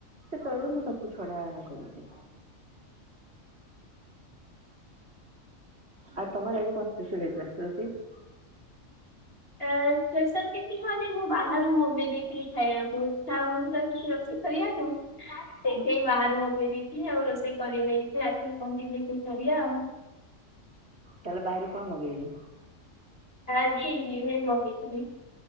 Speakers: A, on the right; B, on the left.
A: ସେ କହିବ ମୁଁ ତାକୁ ଛଡା ବଡା କ ଆ ତମର ଆଜି କଣ? ସୁଶୀଲିତଥିଲା <unintelligible>
B: କେ ହ ମୁଁ ବାହାରୁ ମଗେଇ ଦେଖିଥିଲି ଖାଇବାକୁ ଇଛା ହେଉନଥିଲା କିଛି ରୋଷେଇ କରିବାକୁ।
A: <inaudible>
B: ଦେଖେଇ ବାହାରୁ ହଗେଇ ଦେଇଛି ଆଉ ରୋଷେଇ କରିନି କିଛି ରାତିି କଣ ଟିକେଦେଖେଇ କରିବା ଆଉ।
A: ତାହେଲେ ବାହାରୁ କଣ ମଗେଇଲ?
B: <inaudible> ମଗେଇଥିଲି <inaudible>